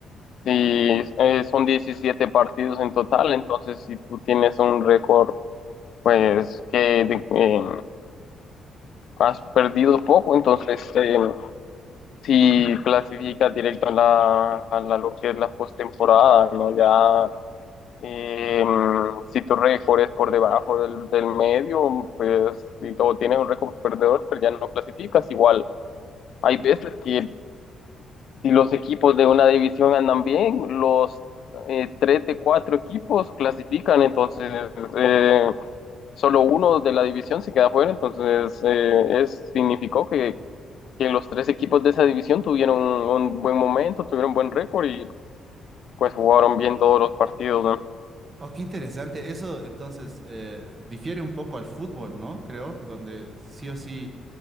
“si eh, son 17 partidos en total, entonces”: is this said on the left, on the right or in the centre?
Left